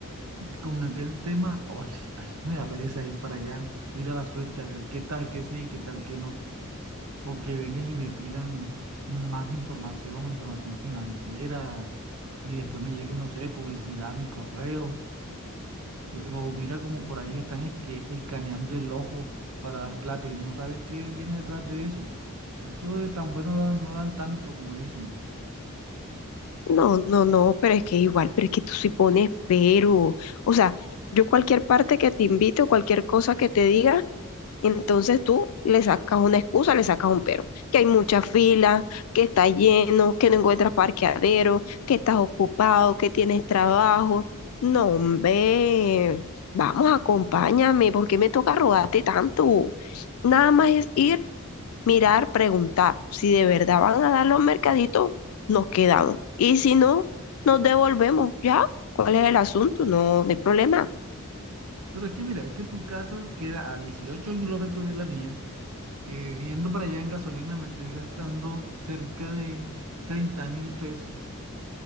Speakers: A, on the right; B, on the left.
A: Con aquel tema, ay, ay, me da pereza ir para allá, ir a la suerte a ver qué tal que sí, qué tal que no. o que vengan y me pidan más información o información financiera y después me llegue, no sé, publicidad a mi correo. eh, O mira como por ahí están es que escaneando el ojo para dar plata y uno no sabe qué viene detrás de eso. Eso de tan bueno no dan no dan tanto como dicen.
B: No, no, no, pero es que igual, pero es que tú sí pones pero. O sea, yo cualquier parte que te invite o cualquier cosa que te diga, entonces tú le sacas una excusa, le sacas un pero. Que hay mucha fila, que está lleno, que no encuentras parqueadero, que estás ocupado, que tienes trabajo. No, hombre, vamos, acompáñame, ¿por qué me toca rogarte tanto? Nada más es ir mirar, preguntar. Si de verdad van a dar los mercaditos, nos quedamos. Y si no, nos devolvemos. ¿Ya? ¿Cuál es el asunto? No, no hay problema.
A: Pero es que mira, es que tu casa queda a 18 kilómetros de la mía. eh, yendo para allá en gasolina me estoy gastando cerca de treinta mil pesos.